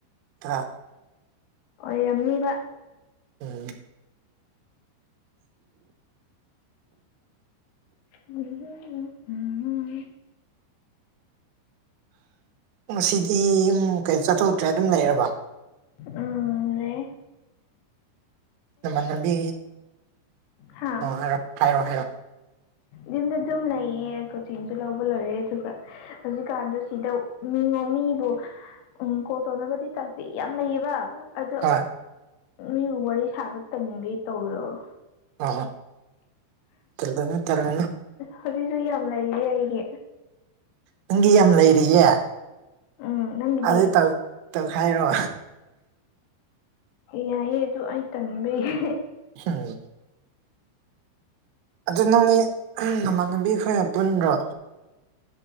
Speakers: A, on the right; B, on the left.
A: ꯍꯥ
B: ꯑꯣꯏꯔꯝꯅꯤꯕ
A: ꯎꯝ
B: ꯎꯝ
A: ꯉꯁꯤꯗꯤ ꯌꯨꯝ ꯀꯩ ꯆꯠꯊꯣꯛꯇ꯭ꯔꯦ ꯑꯗꯨꯝ ꯂꯩꯔꯕ
B: ꯎꯝ ꯂꯩꯔꯦ
A: ꯅꯃꯥꯟꯅꯕꯤ
B: ꯍꯥꯥ
A: ꯑꯣ ꯍꯥꯏꯔꯣ ꯍꯥꯏꯔꯣ ꯍꯥꯏꯔꯣ
B: ꯌꯨꯝꯗ ꯑꯗꯨꯝ ꯂꯩꯌꯦ ꯀꯣꯆꯤꯡꯁꯨ ꯂꯧꯕ ꯂꯣꯏꯔꯦ ꯑꯗꯨꯒ ꯍꯧꯖꯤꯛꯀꯥꯟꯗꯨ ꯁꯤꯗ ꯃꯤꯉꯣꯟ ꯃꯤꯕꯨ ꯎꯝ ꯀꯣꯜ ꯇꯧꯅꯕꯗꯤ ꯇꯧꯁꯤ ꯌꯥꯝ ꯂꯩꯌꯦꯕ ꯑꯗꯣ
A: ꯍꯣꯏ
B: ꯃꯤꯕꯨ ꯋꯥꯔꯤ ꯁꯥꯕ ꯇꯟꯕꯒꯤ ꯇꯧꯗꯕ
A: ꯑ ꯇꯜꯂꯨꯅꯨ ꯇꯜꯂꯨꯅꯨ
B: ꯍꯧꯖꯤꯛꯁꯨ ꯌꯥꯝ ꯂꯩꯔꯤ ꯑꯩꯒꯤ
A: ꯅꯪꯒꯤ ꯌꯥꯝ ꯂꯩꯔꯤꯌꯦ
B: ꯎꯝ ꯅꯪꯒꯤꯗꯤ
A: ꯑꯗꯨꯗꯤ ꯇꯧꯈꯥꯏꯔꯣ
B: ꯌꯥꯏꯌꯦ ꯑꯗꯨ ꯑꯩ ꯇꯟꯕꯒꯤ
A: ꯍꯝ ꯑꯗꯨ ꯅꯪꯒꯤ ꯅꯃꯥꯟꯅꯕꯤ ꯈꯣꯏꯒ ꯄꯨꯟꯕ꯭ꯔꯣ